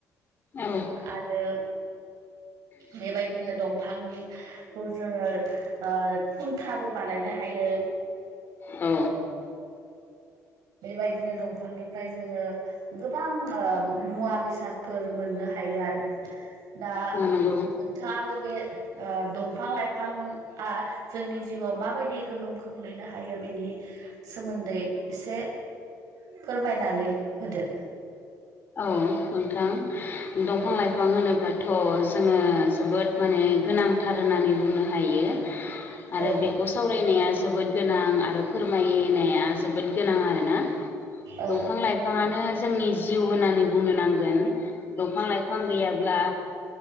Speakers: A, on the left; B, on the right.
A: उम
B: आरो बेबायदिनो दंफांनि खौ जोङो ओ खुन्थाबो बानायनो हायो।
A: औ
B: बेबायदिनो दंफांनिफ्राय जोङो गोबां ओ मुवा बेसादफोर मोननो हायो आरो। दा
A: औ नंगौ
B: नोंथाङाबो बे ओ दंफां लाइफांआ जोंनि जिउआव माबायदि गोहोम खोख्लैनो हायो बिनि सोमोन्दै एसे फोरमायनानै होदो।
A: औ नोंथां दंफां
B: औ
A: लाइफां होनोब्ला थ' जोङो जोबोद माने गोनांथार होननानै बुंनो हायो।
B: औ
A: आरो बेखौ सावरायनाया जोबोद गोनां आरो फोरमायनाया जोबोद गोनां आरोना।
B: औ
A: दंफां लाइफाङानो जोंनि जिउ होनानै बुंनो नांगोन दंफां लाइफां गैयाब्ला